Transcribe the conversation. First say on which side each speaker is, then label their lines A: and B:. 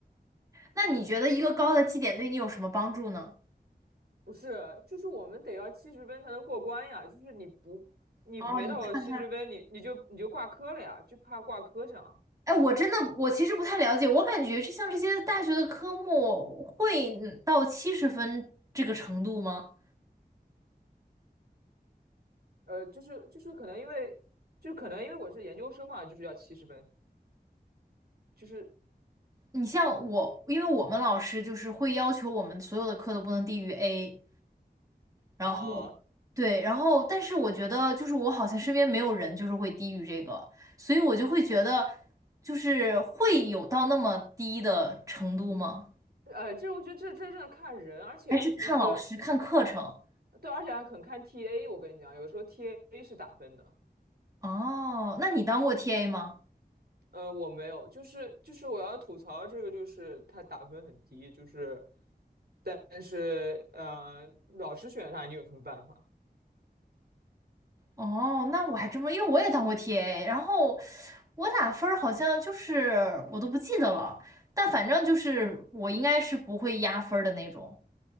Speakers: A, on the right (about 20°); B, on the right (about 65°).
A: 那你觉得一个高的绩点对你有什么帮助呢？
B: 不是，就是我们得要七十分才能过关呀，就是你不你没到七十分，
A: 哦，你看看。
B: 你你就你就挂科了呀，就怕挂科这样。
A: 哎，我真的，我其实不太了解，我感觉这像这些大学的科目会嗯到七十分这个程度吗？
B: 呃，就是就是可能因为就是可能因为我是研究生嘛，就是要七十分，就是
A: 你像我，因为我们老师就是会要求我们所有的课都不能低于 A，然后
B: 啊，
A: 对，然后但是我觉得就是我好像身边没有人就是会低于这个，所以我就会觉得就是会有到那么低的程度吗？
B: 呃，这我觉得这这真的看人，而且就是
A: 还是看老师看课程？
B: 对，而且还很看 TA，我跟你讲，有时候 TA 是打分的。
A: 哦，那你当过 TA 吗？
B: 呃，我没有，就是就是我要吐槽这个，就是他打分很低，就是，但是呃，老师选他，你有什么办法？
A: 哦，那我还真不，因为我也当过 TA，然后我打分儿好像就是我都不记得了，但反正就是我应该是不会压分儿的那种。